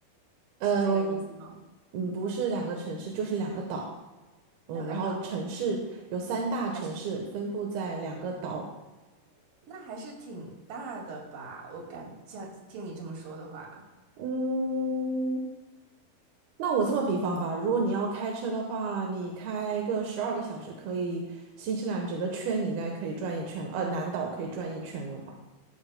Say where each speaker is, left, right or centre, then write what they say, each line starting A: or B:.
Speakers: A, on the right (about 85°); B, on the right (about 65°).
A: 呃，
B: 是这个意思吗？
A: 嗯，不是两个城市，就是两个岛，嗯，
B: 两个岛。
A: 然后城市有三大城市分布在两个岛，
B: 还是？那还是挺大的吧？我感像听你这么说的话，
A: 嗯，那我这么比方吧，如果你要开车的话，你开个十二个小时，可以新西兰整个圈你应该可以转一圈了，呃，南岛可以转一圈了吧？